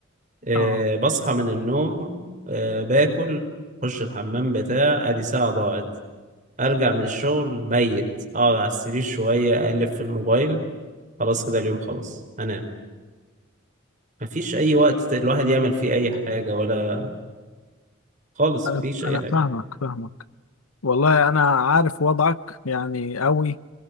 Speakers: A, on the right; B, on the left.
A: آه،
B: اه
A: بصحى من النوم آه، باكل أخش الحمام بتاع أدي ساعة ضاعت أرجع من الشغل ميت أقعد على السرير شوية أقلب في الموبايل خلاص كده اليوم خلاص أنام مفيش أي وقت الواحد يعمل فيه أي حاجة ولا خالص
B: انا
A: مفيش أي
B: انا
A: حاجة
B: فاهمك فاهمك والله انا عارف وضعك يعني قوي